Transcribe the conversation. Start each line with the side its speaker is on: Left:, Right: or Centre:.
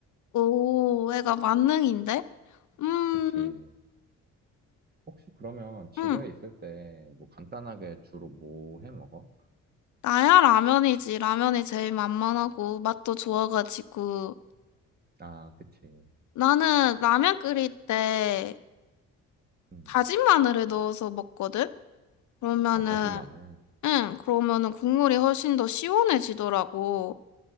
Left: 오, 애가 만능인데? 음,
Right: 그치. 혹시 그러면 집에
Left: 음.
Right: 있을 때 뭐 간단하게 주로 뭐 해 먹어?
Left: 나야 라면이지. 라면이 제일 만만하고 맛도 좋아가지고.
Right: 아, 그치.
Left: 나는 라면 끓일 때
Right: 음.
Left: 다진 마늘을 넣어서 먹거든? 그러면은
Right: 아, 다진 마늘.
Left: 응, 그러면은 국물이 훨씬 더 시원해지더라고.